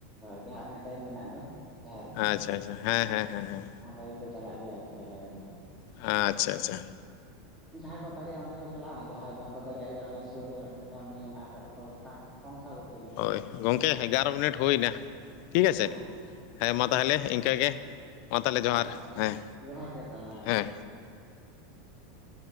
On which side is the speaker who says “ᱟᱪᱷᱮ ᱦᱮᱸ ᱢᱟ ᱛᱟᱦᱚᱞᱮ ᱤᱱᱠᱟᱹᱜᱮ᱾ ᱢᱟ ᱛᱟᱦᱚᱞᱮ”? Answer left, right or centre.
Left